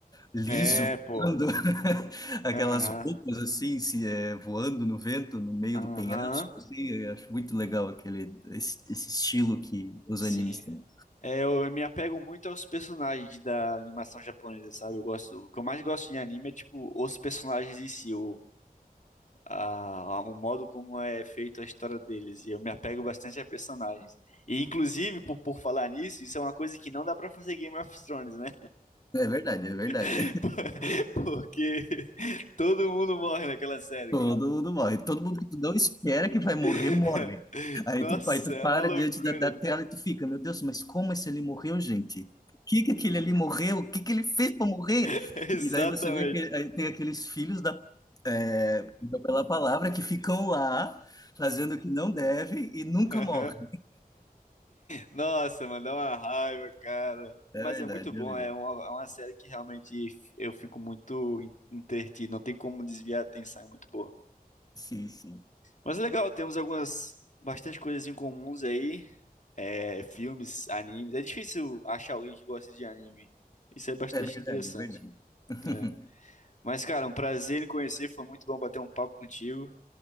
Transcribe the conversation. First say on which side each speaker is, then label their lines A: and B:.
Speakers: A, on the left; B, on the left.
A: liso
B: É, pô.
A: voando, <laughs> aquelas
B: Aham.
A: roupas assim, se é, voando no vento, no meio
B: Aham.
A: do penhasco, assim, eu acho muito legal aquele esse, esse estilo que os
B: Sim.
A: animes têm.
B: É, eu me apego muito aos personagens da animação japonesa, sabe? Eu gosto, o que eu mais gosto de anime é tipo os personagens em si, o, a, a- o modo como é feito a história deles. E eu me apego bastante a personagens. E, inclusive, por, por falar nisso, isso é uma coisa que não dá pra fazer Game of Thrones, né?
A: É verdade, é verdade.
B: <laughs> Por- Porque todo mundo morre naquela série,
A: Todo
B: cara.
A: mundo morre. Todo mundo que tu não espera que vai morrer,
B: <laughs>
A: morre. Aí
B: Nossa,
A: tu, aí tu
B: é
A: para
B: uma loucura.
A: diante da, da tela e tu fica, meu Deus, mas como esse ali morreu, gente? Por que que aquele ali morreu? O que que ele fez para morrer?
B: <laughs> Exatamente.
A: E daí você vê que aí tem aqueles filhos da, é, da pela palavra que ficam lá fazendo o que não deve e nunca
B: Aham.
A: morrem.
B: Nossa, mano, dá uma raiva, cara. Mas
A: É verdade,
B: é muito bom,
A: é verdade.
B: é uma, é uma série que realmente eu fico muito en- entretido, não tem como desviar a atenção, é muito boa.
A: Sim, sim.
B: Mas é legal, temos algumas bastante coisas em comuns aí. É, filmes, animes. É difícil achar alguém que gosta de anime. Isso é bastante
A: É verdade,
B: interessante.
A: é verdade. <laughs>
B: É. Mas, cara, um prazer em conhecer. Foi muito bom bater um papo contigo.